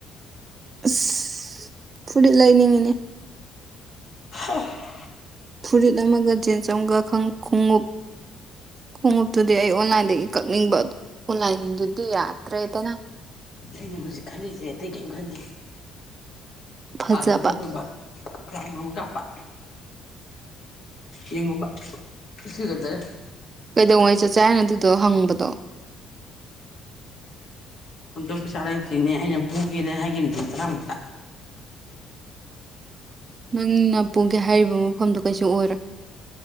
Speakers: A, on the right; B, on the left.
A: ꯑꯁ ꯐꯨꯔꯤꯠ ꯂꯩꯅꯤꯡꯉꯤꯅꯦ
B: ꯍꯥ
A: ꯐꯨꯔꯤꯠ ꯑꯃꯒ ꯖꯤꯟꯁ ꯑꯃꯒ <inaudible> ꯈ‌ꯣꯡꯎꯞ ꯈꯣꯡꯎꯞꯇꯨꯗꯤ ꯑꯩ ꯑꯣꯟꯂꯥꯏꯟꯗꯒꯤ ꯀꯛꯅꯤꯡꯕ ꯑꯗꯨ ꯑꯣꯟꯂꯥꯏꯟꯗꯨꯗꯤ ꯌꯥꯗ꯭ꯔꯦꯗꯅ
B: ꯑꯩꯅ ꯍꯧꯖꯤꯛ ꯈꯜꯂꯤꯁꯦ ꯑꯇꯩ ꯀꯔꯤꯝ ꯈꯟꯗꯦ
A: ꯐꯖꯕ
B: ꯑꯥꯗ ꯆꯠꯂꯨꯕ <inaudible> ꯒꯔꯥꯎ ꯑꯃ ꯀꯥꯞꯄꯥ ꯌꯦꯉꯨꯕ ꯉꯁꯤꯒꯠꯇꯍꯦ
A: ꯀꯩꯗꯧꯉꯩ ꯆꯠꯆꯦ ꯍꯥꯏꯅꯣ ꯑꯗꯨꯗꯣ ꯍꯪꯕꯗꯣ
B: ꯑꯝꯇ ꯄꯩꯁꯥ ꯂꯩꯇ꯭ꯔꯤꯅꯦ ꯑꯩꯅ ꯄꯨꯒꯦꯅ ꯍꯥꯏꯈꯤꯕꯅꯤꯅꯦ ꯇꯔꯥꯃꯨꯛꯇ
A: ꯅꯪꯅ ꯄꯨꯒꯦ ꯍꯥꯏꯔꯤꯕ ꯃꯐꯝꯗꯨ ꯀꯩꯁꯨ ꯑꯣꯏꯔꯣꯏ